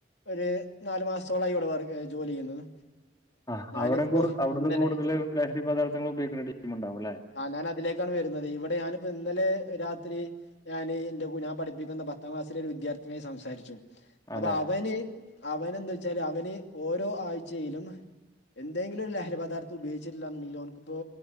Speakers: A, on the left; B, on the left.
A: ഒരു നാല് മാസത്തോളായി ഇവിടെ വർ ജോലി ചെയ്യുന്നത്
B: ആഹ്
A: ഞാനിപ്പോ
B: അവിടെ കൂ അവിടന്ന്
A: ഇന്നലെ
B: കൂടുതൽ ലഹരി പദാർത്ഥങ്ങൾ ഉപയോഗിക്കേണ്ട ടീം ഉണ്ടാവും ല്ലേ
A: ആ ഞാന അതിലേക്കാണ് വരുന്നത് ഇവിടെ ഞാനിപ്പോ ഇന്നലെ രാത്രി ഞാന് എന്റെ ഞാൻ പഠിപ്പിക്കുന്ന പത്താം ക്ലാസ്സില ഒരു വിദ്യാർത്ഥിനിയായി സംസാരിച്ചു അപ്പൊ
B: അതെ
A: അവന് അവന് എന്താ വെച്ചാല് അവന് ഓരോ ആഴ്ചയിലും എന്തെങ്കിലും ല ഹരി പദാർത്ഥം ഉപയോഗിച്ചിട്ടില്ല ന്ന്ണ്ടെങ്കില് ഓൻക്ക്പ്പോ